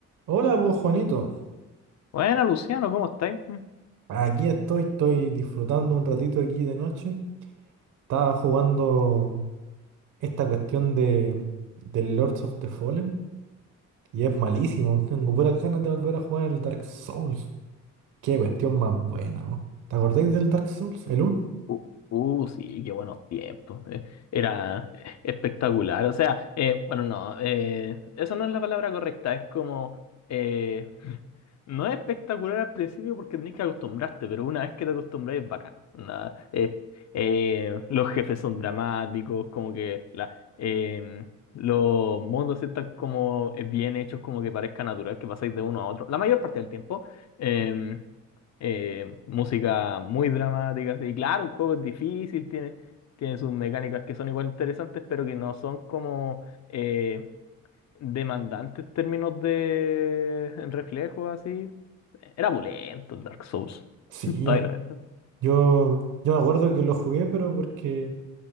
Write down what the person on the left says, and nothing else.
Bueno, Luciano, ¿cómo estáis? Mm.
Uh, uh, sí, qué buenos tiempos. eh. Era eh, espectacular. O sea, eh, bueno, no, eh, eso no es la palabra correcta. Es como, eh, <laughs> no es espectacular al principio porque tenés que acostumbrarte, pero una vez que te acostumbras es bacán. Nada, eh, eh, los jefes son dramáticos, como que la, eh, los mundos están como eh, bien hechos, como que parezca natural que pasáis de uno a otro. La mayor parte del tiempo. em, eh, música muy dramática. Y claro, el juego es difícil, tiene, tiene sus mecánicas que son igual interesantes, pero que no son como eh, demandantes en términos de reflejos, así. Era pulento el Dark Souls.
<laughs> Todavía lo es.